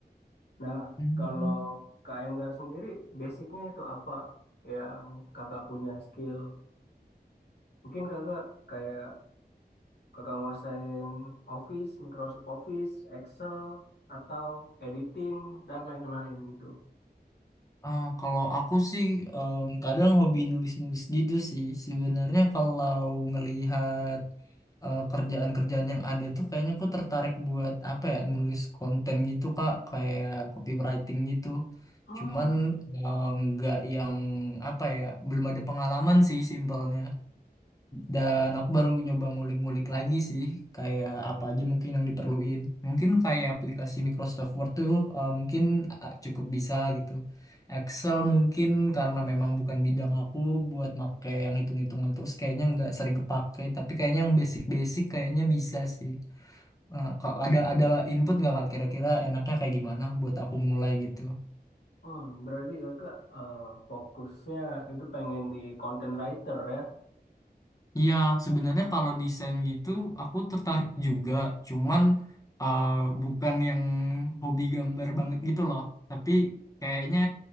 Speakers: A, on the left; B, on the left.
A: Nah,
B: Hmm.
A: kalau Kak Enggar sendiri, basicnya itu apa yang kakak punya skill? Mungkin kakak kayak kakak nguasain Office, Microsoft Office, Excel, atau editing, dan lain-lain gitu.
B: Ah, kalau aku sih em, kadang hobi nulis-nulis gitu sih. Sebenarnya kalau ngelihat eh, kerjaan-kerjaan yang ada tuh kayaknya aku tertarik buat apa ya nulis konten gitu Kak kayak copywriting gitu
A: Hmm,
B: cuman eh, nggak yang apa ya belum ada pengalaman sih simpelnya dan aku baru nyoba ngulik-ngulik lagi sih, kayak apa aja mungkin yang diperluin. Mungkin kayak aplikasi Microsoft Word tuh eh, mungkin eh, cukup bisa gitu. Excel mungkin karena memang bukan bidang aku buat make yang hitung-hitungan terus kayaknya nggak sering kepake. Tapi kayaknya yang basic-basic kayaknya bisa sih. Eh, kok ada ada input nggak kak kira-kira enaknya kayak gimana buat aku mulai gitu?
A: Hmm, berarti kakak eh, fokusnya itu pengen di content writer ya,
B: Iya, sebenarnya kalau desain gitu aku tertarik juga, cuman uh, bukan yang hobi gambar banget gitu loh. Tapi kayaknya